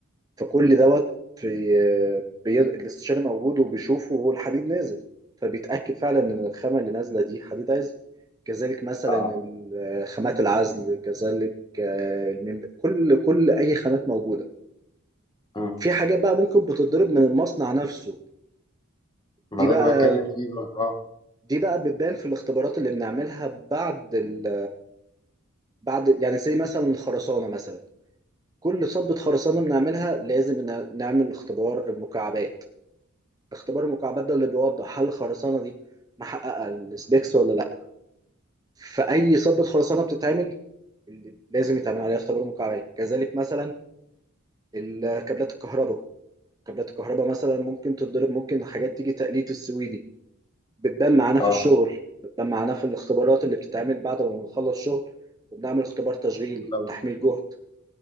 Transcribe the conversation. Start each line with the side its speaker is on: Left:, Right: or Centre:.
Right: فكل دوت في بي... الاستشاري موجود وبيشوفه وهو الحديد نازل فبيتأكد فعلا إن الخامة اللي نازلة دي حديد عزل كذلك مثلا
Left: اه
Right: ال- خامات العزل كذلك آه، الميم كل كل أي خامات موجودة
Left: مم.
Right: في حاجات بقى ممكن بتضرب من المصنع نفسه
Left: ما
Right: دي بقى
Left: ده اللي بتكلم فيه بقى اه
Right: دي بقى بتبان في الاختبارات اللي بنعملها بعد ال... بعد يعني زي مثلا الخرسانة مثلا كل صبة خرسانة بنعملها لازم نع- نعمل اختبار مكعبات اختبار المكعبات ده اللي بيوضح هل الخرسانه دي محققه السبيكس ولا لا في اي صبة خرسانه بتتعمل اللي لازم يتعمل عليها اختبار مكعبات كذلك مثلا ال- كابلات الكهرباء كابلات الكهرباء مثلا ممكن تتضرب ممكن حاجات تيجي تقليد السويدي بتبان معانا
Left: اه
Right: في الشغل بتبان معانا في الاختبارات اللي بتتعمل بعد ما بنخلص شغل وبنعمل اختبار تشغيل
Left: لو
Right: تحميل جهد